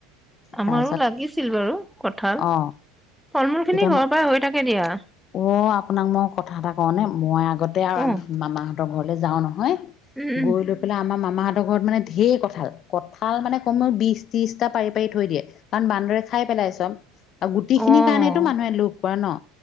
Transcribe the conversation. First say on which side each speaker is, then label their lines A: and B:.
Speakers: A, in the centre; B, on the left (about 45°).
A: আমাৰো
B: তাৰপিছত
A: লাগিছিল বাৰু কঁঠাল।
B: অ
A: ফল মূল খিনি
B: এতিয়া
A: ঘৰৰ পৰা হৈ থাকে দিয়া।
B: অ আপোনাক মই কথা এটা কওঁ নে? মই আগতে আৰু
A: অ', উম,
B: মামাহঁতৰ ঘৰলে যাওঁ নহয়,
A: উম,
B: গৈ লৈ পেলাই আমাৰ মামাহঁত ঘৰত মানে ধেৰ কঁঠাল, কঁঠাল মানে কমেও বিশ ত্ৰিশটা পাৰি পাৰি থৈ দিয়ে কাৰণ বান্দৰে খাই পে লায় চব আৰু গুটি খিনিৰ
A: অ',
B: কাৰণেতটো মানুহে লোভ কৰে ন।